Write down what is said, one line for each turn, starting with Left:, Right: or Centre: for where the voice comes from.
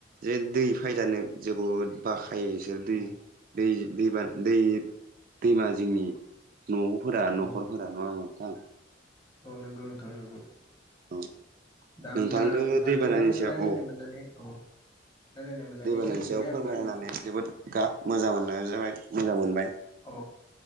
Right: जे दै फायजानो जोबोद बाखायो इसोर दै
Left: औ
Right: दै दै बाना दै दैमा जिंनि न' फोरा
Left: औ
Right: न'खरफोरा नङा होमबा नोंथां
Left: औ नोंगौ नोंथां नोंगौ
Right: औ
Left: दा
Right: नोंथांजों
Left: होमबा नोंथांजों
Right: दैबानानि
Left: आं
Right: सायाव
Left: रायलायनो
Right: औ
Left: मोननानै औ रायज्लायनो मोननानै
Right: दैबानानि
Left: गोजोनबाय
Right: सायाव फोरमायनानै
Left: आंबो
Right: जोबोद गा
Left: औ
Right: मोजां मोननो जाबाय मोजां मोनबाय।
Left: औ